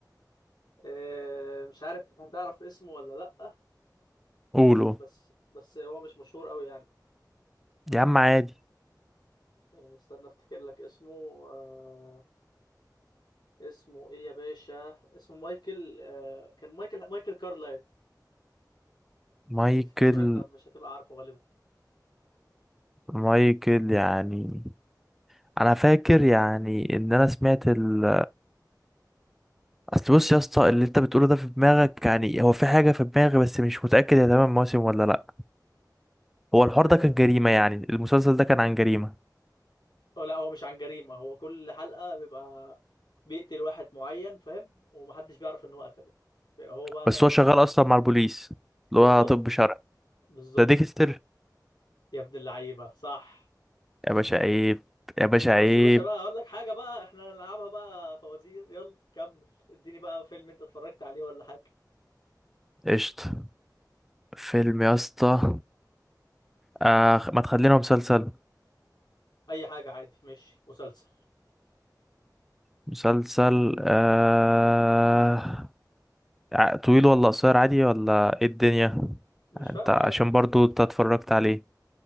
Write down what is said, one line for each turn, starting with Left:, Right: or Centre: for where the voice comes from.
Left: آه... مش عارف هتعرف اسمه ولا لأ
Centre: قولوا
Left: بس بس هو مش مشهور قوي يعني
Centre: يا عم عادي
Left: آه، استنى افتكر لك اسمه آه، اسمه ايه يا باشا اسمه مايكل آه كان مايكل مايكل كارلايل
Centre: مايكل
Left: مش هتفتكره انت مش هتبقى عارفه غالبا
Centre: مايكل يعني انا فاكر يعني ان انا سمعت ال اصل بص يا اسطى اللي انت بتقوله ده في دماغك يعني هو في حاجه في دماغي بس مش متاكد هي تمام موسم ولا لا هو الحوار
Left: اه
Centre: ده كان جريمه يعني المسلسل ده كان عن جريمه
Left: أو لا هو مش عن جريمة هو كل حلقة بيبقى بيقتل واحد معين فاهم ومحدش بيعرف ان هو قتله بيبقى هو بقى
Centre: بس
Left: فاهم
Centre: هو شغال
Left: عشان
Centre: اصلا مع البوليس اللي
Left: بالظبط
Centre: هو طب شرعي
Left: بالظبط
Centre: ده ديكستر
Left: يا ابن اللعيبة صح
Centre: يا باشا عيب يا باشا
Left: خلاص
Centre: عيب
Left: يا باشا بقى اقول لك حاجة بقى احنا هنلعبها بقى فوازير يلا كمل اديني بقى فيلم انت اتفرجت عليه ولا حاجة
Centre: قشطه فيلم يا اسطى آه ما تخلينا مسلسل
Left: اي حاجة عادي مش مسلسل
Centre: مسلسل آه... ع- طويل ولا قصير عادي ولا ايه الدنيا
Left: مش فارقة
Centre: انت
Left: عادي
Centre: عشان برضو انت اتفرجت عليه